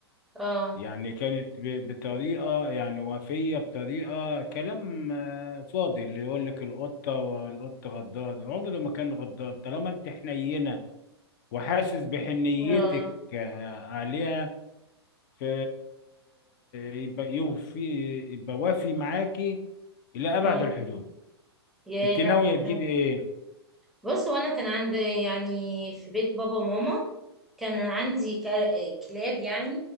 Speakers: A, in the centre; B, on the left.
A: اه
B: يعني كانت ب- بطريقة يعني وفية بطريقة كلام آه، فاضي اللي يقول لك القطة والقط غدار عمره ما كان غدار طالما انت حنينة وحاسس بحنيتك
A: اه
B: آه، عليها ف يبقى يوفي يبقى وافي معاكي إلى أبعد
A: اه
B: الحدود
A: يا
B: انت
A: لا
B: ناوية تجيبي ايه
A: بص وانا كان عندي يعني في بيت بابا وماما كان عندي كا- كلاب يعني